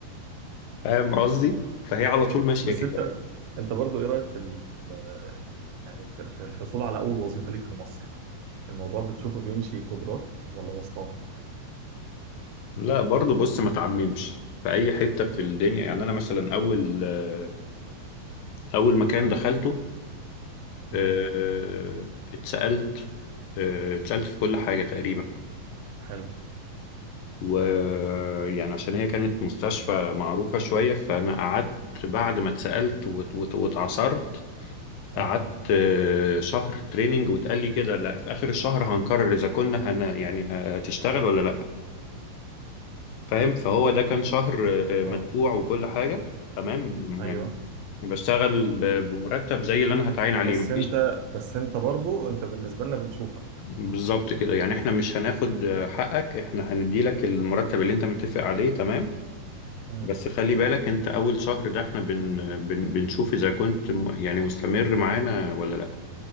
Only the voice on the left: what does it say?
فاهم قصدي فهي على طول ماشية
كده
لا برضو بص ما تعممش في اي حته في الدنيا يعني انا مثلا اول آه، اول مكان دخلته
آه، اتسالت آه، اتسالت في كل حاجه تقريبا
ويعني عشان هي كانت مستشفى معروفه شويه فانا قعدت بعد ما اتسالت وت- وت- واتعصرت
قعدت آه، شهر تريننج واتقال لي كده لا في اخر الشهر هنقرر اذا كنا هن يعني هتشتغل ولا لا فاهم فهو ده كان شهر آه،
مدفوع
وكل حاجه تمام
يعني بشتغل ب- بمرتب زي اللي انا هتعين عليه
مفيش
بالظبط كده يعني احنا مش هناخد آه، حقك احنا هندي لك المرتب اللي انت متفق عليه تمام
بس خلي بالك انت اول شهر ده احنا بن بن بنشوف اذا كنت م- يعني مستمر معانا ولا لا